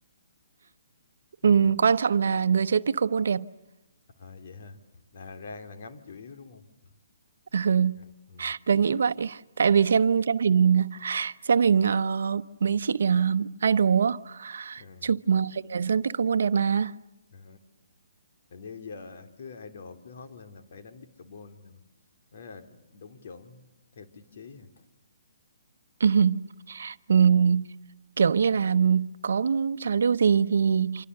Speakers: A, on the left; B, on the right.
A: <laughs>
B: Ừ, quan trọng là người chơi pickleball đẹp.
A: À, vậy hả là ra là ngắm chủ yếu đúng không
B: <laughs> Ừ,
A: ừ. Ừ.
B: tớ nghĩ vậy. Tại vì xem xem hình xem hình ờ, mấy chị ờ, idol á,
A: Ừ.
B: chụp mà hình ở sân pickleball đẹp mà.
A: ờ. hình như giờ cứ idol cứ hot lên là phải đánh pickleball là mới là đúng chuẩn theo tiêu chí hả?
B: <laughs> Ừ. kiểu như là có trào lưu gì thì